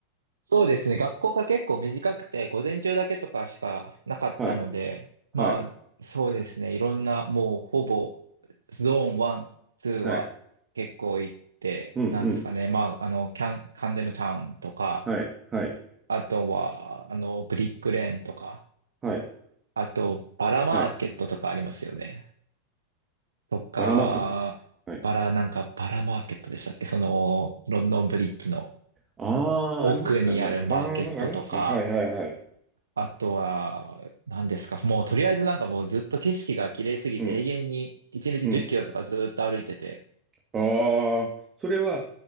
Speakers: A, on the right (about 85°); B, on the right (about 25°).
A: そうですね。学校が結構短くて、午前中だけとかしかなかったので、
B: はい、はい、
A: まあ、そうですね。いろんな、もうほぼ、ゾーン1、2は結構行って、
B: はい、うん、
A: なんですかね。
B: うん、
A: まあ、あの、キャン、カンデムタウンとか、
B: はい、はい、
A: あとは、あの、ブリックレーンとか、
B: はい、
A: あと、バラマーケットとかありますよね。
B: はい。
A: とか、
B: バラマーケット。はい。
A: バラ、なんか、バラマーケットでしたっけその、ロンドンブリッジの
B: ああ、
A: 奥にあるマーケットとか、
B: ありましたね。ああ、なんかありましたね。はい、はい、はい。
A: あとは、何ですか。もうとりあえずなんかもうずっと景色が綺麗すぎて永遠に1日10キロとかずっと歩いてて。
B: うん、うん。ああ、それは